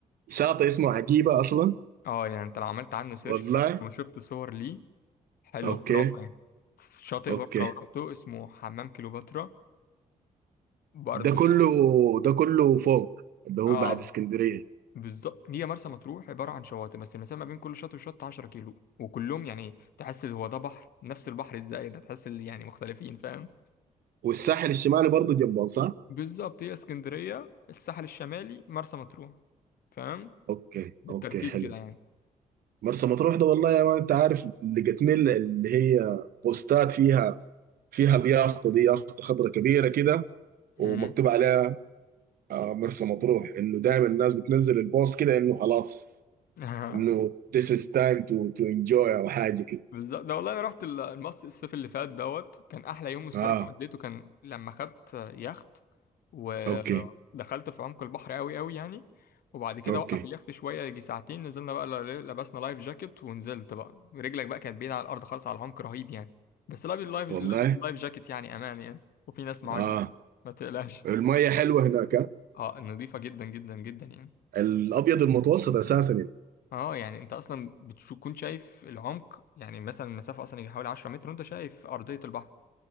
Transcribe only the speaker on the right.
شاطئ اسمه عجيبة اصلا
والله
اوكي
اوكي
ده كله ده كله فوق اللي هو
بعد اسكندرية
والساحل الشمالي برضه جنبهم صح؟
اوكي
اوكي حلو
مرسى مطروح ده والله يا مان انت عارف لقيتني ال- اللي هي بوستات فيها فيها اليافطة دي يافطة خضرة كبيرة كده ومكتوب
عليها آه مرسى مطروح انه دايما الناس بتنزل البوست كده انه خلاص
انه this is time to to enjoy او حاجه كده
اه
اوكي
اوكي
والله
اه
المية حلوه هناك آه.
الابيض المتوسط اساسا يعني.